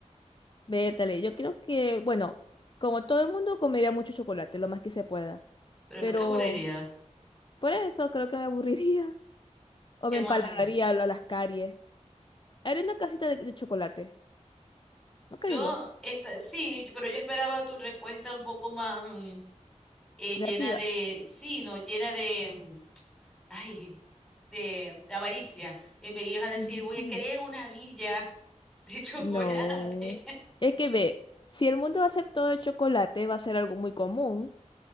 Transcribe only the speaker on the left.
Vétale, yo creo que, bueno, como todo el mundo comería mucho chocolate, lo más que se pueda.
Pero
por eso creo que me aburriría <laughs> o
me empalagaría
a la- las caries. Haré una casita de, de chocolate. ¿No crees
vos?
Creativa.
Ujú.
No. Es que ve, si el mundo va a ser todo de chocolate, va a ser algo muy común.